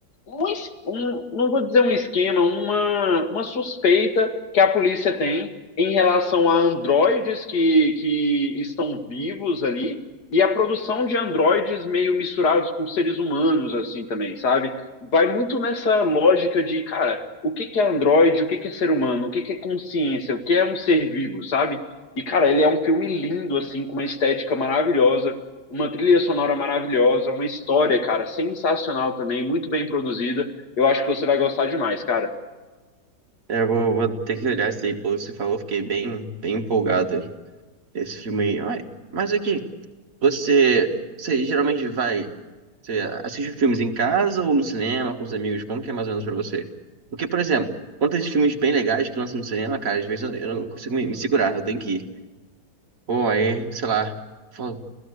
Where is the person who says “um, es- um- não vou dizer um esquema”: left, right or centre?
Left